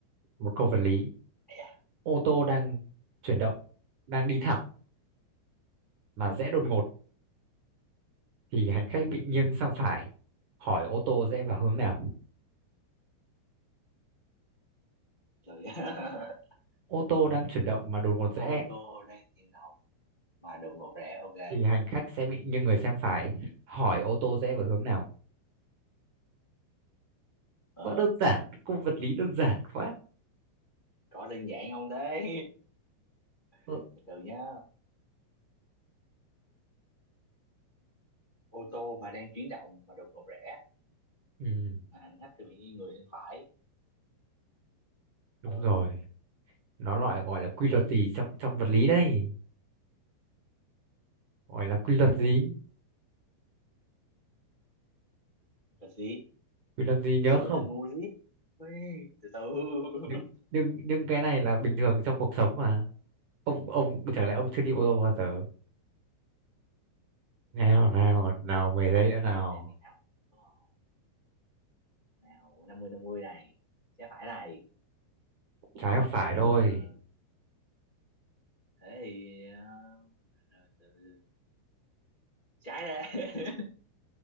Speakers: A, on the right; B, on the left.
A: một câu vật lý
B: Ây da,
A: ô tô đang chuyển động đang đi thẳng mà rẽ đột ngột thì hành khách bị nghiêng sang phải hỏi ô tô rẽ vào hướng nào
B: rồi nhá. <laughs>
A: ô tô đang chuyển động mà đột ngột rẽ
B: ô tô đang chuyển động mà đụng ngột rẽ ok
A: thì hành khách sẽ bị nghiêng người sang phải hỏi ô tô rẽ vào hướng nào
B: ờ,
A: quá đơn giản cung vật lý đơn giản quá
B: có đơn giản không thế <laughs>
A: ừ,
B: từ từ nhá ô tô mà đang chuyển động mà đột ngột rẽ
A: ừ,
B: mà hành khách thì bị nghiêng người sang phải
A: đúng
B: ờ
A: rồi nó loại gọi là quy luật gì trong trong vật lý đây gọi là quy luật gì
B: là gì
A: quy luật gì nhớ
B: sữa
A: không
B: từ ngu lý Ui, từ từ <laughs>
A: nhưng nhưng nhưng cái này là bình thường trong cuộc sống mà ông ông chẳng lẽ ông chưa đi ô tô bao giờ nào nào nào 10 giây nữa nào
B: đang đi thẳng đúng không nào năm mươi năm mươi này sẽ phải này
A: trái hoặc phải
B: ờ,
A: thôi
B: thế thì ờ, rồi từ từ- trái ra